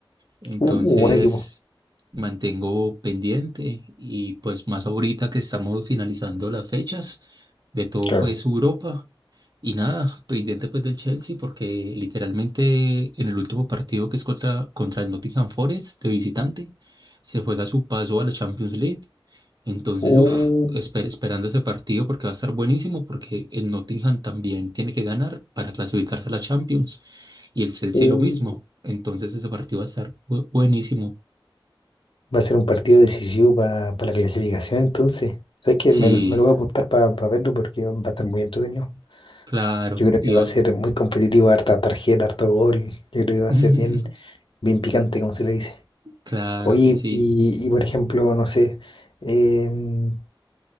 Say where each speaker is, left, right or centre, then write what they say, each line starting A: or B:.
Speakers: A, on the right; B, on the left.
A: Entonces,
B: Uh, buen equipo,
A: mantengo pendiente y pues más ahorita que estamos finalizando las fechas de todo
B: claro.
A: pues Europa y nada, pendiente pues del Chelsea porque literalmente en el último partido que es contra, contra el Nottingham Forest de visitante, se juega su paso a la Champions League. Entonces,
B: Uh,
A: uff, esperando ese partido porque va a estar buenísimo porque el Nottingham también tiene que ganar para clasificarse a la Champions y el Chelsea
B: uh.
A: lo mismo. Entonces ese partido va a estar bu- buenísimo.
B: Va a ser un partido decisivo para la clasificación, entonces. ¿Sabes qué?
A: Sí,
B: Me, lo me lo voy a apuntar para verlo porque va va a estar muy entretenido.
A: claro.
B: Yo creo que
A: Y
B: va
A: ot-
B: a ser muy competitivo, harta tarjeta, harto gol. Yo creo que va a
A: <laughs>
B: ser bien, bien picante, como se le dice.
A: claro
B: Oye,
A: que sí.
B: y, y por ejemplo, no sé, em,